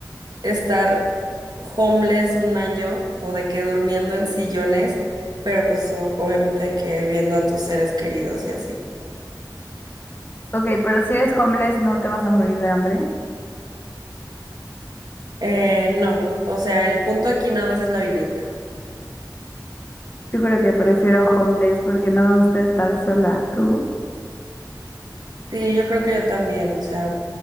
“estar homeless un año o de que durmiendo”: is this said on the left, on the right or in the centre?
Right